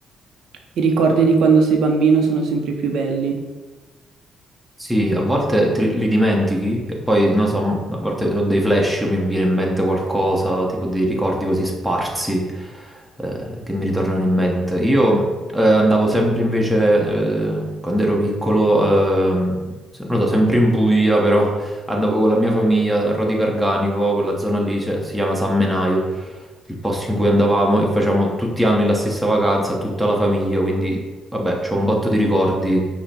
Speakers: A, on the right; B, in the centre.
A: I ricordi di quando sei bambino sono sempre più belli.
B: Sì, a volte te li dimentichi e poi, non so, a volte ho dei flash, mi viene in mente qualcosa, tipo dei ricordi così sparsi eh, che mi ritornano in mente. Io eh, andavo sempre invece, eh, quando ero piccolo, ehm, se- non lo so, sempre in Puglia, però andavo con la mia famiglia a Rodi Garganico, quella zona lì, cioè, si chiama San Menaio, il posto in cui andavamo e facevamo tutti gli anni la stessa vacanza, tutta la famiglia, quindi vabbè, c'ho un botto di ricordi